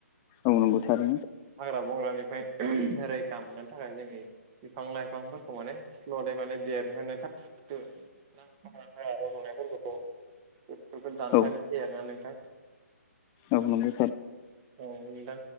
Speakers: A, on the left; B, on the right.
A: औ नंगौ थारैनो
B: हाग्रा बंग्रानिफ्राय रैखा मोननो थाखाय जोंनि बिफां लाइफांफोरखौ माने स्ल'द दै माने देरहोनो थाखाय नाङा फाङा हायाव रज'नायफोरखौ बेफोरखौ दानफायनो
A: औ
B: खोनादों ना नोंथां
A: औ नंगौ थारैनो औ नंगौ
B: औ नोंथां